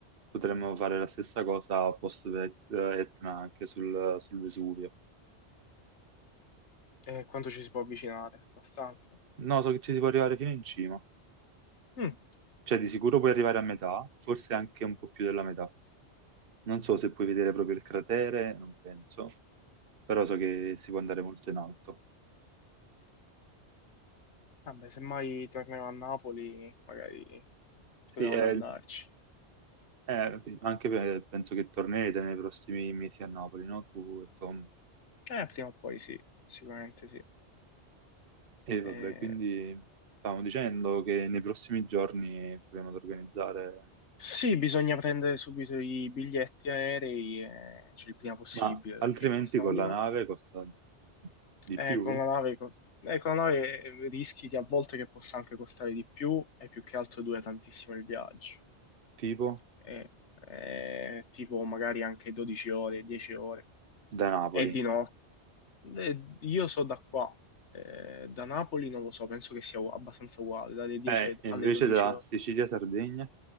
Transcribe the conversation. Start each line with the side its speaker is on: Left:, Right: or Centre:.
Right: potremmo fare la stessa cosa post Et- Etna anche sul, sul Vesuvio.
Left: eh, quanto ci si può avvicinare, abbastanza.
Right: No, so che ci si può arrivare fino in cima.
Left: Mm,
Right: Cioè, di sicuro puoi arrivare a metà, forse anche un po' più della metà. Non so se puoi vedere proprio il cratere, non penso, però so che si può andare molto in alto.
Left: Vabbè, se mai tornerò a Napoli, magari proviamo
Right: Sì, è-
Left: ad andarci.
Right: è- anche per- penso che tornerete nei prossimi mesi a Napoli, no? Tu e Tom.
Left: Eh, prima o poi sì, sicuramente sì.
Right: E vabbè,
Left: Eh,
Right: quindi stavamo dicendo che nei prossimi giorni proviamo ad organizzare
Left: Sì, bisogna prendere subito i biglietti aerei, eh, cioè il prima possibile,
Right: Ma altrimenti
Left: perché costano
Right: con
Left: di
Right: la
Left: me.
Right: nave costa di
Left: Eh,
Right: più?
Left: con la nave, co- eh, con la nave eh, rischi che a volte che possa anche costare di più e più che altro dura tantissimo il viaggio.
Right: Tipo
Left: Eh, eh, tipo magari anche 12 ore, 10 ore.
Right: da Napoli.
Left: E di notte. Eh, io so da qua, eh, da Napoli non lo so, penso che sia u- abbastanza uguale, dalle 10
Right: Eh, e
Left: alle
Right: invece
Left: 12
Right: da
Left: ore.
Right: Sicilia-Sardegna,